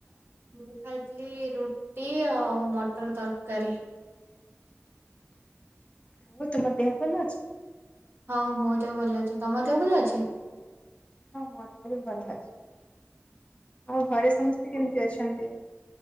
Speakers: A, on the right; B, on the left.
A: ମୁଁ ଖାଇଥିଲି ରୁଟି ଆଉ ମଟର ତରକାରୀ।
B: ଆଉ ତୁମ ଦେହ ଭଲ ଅଛି?
A: ହଁ ମୋ ଦେହ ଭଲ ଅଛି ତମ ଦେହ ଭଲ ଅଛି।
B: ହଁ ମୋ ଦେହ ବି ଭଲ ଅଛି ଆଉ ଘରେ ସମସ୍ତେ କେମିତି ଅଛନ୍ତି?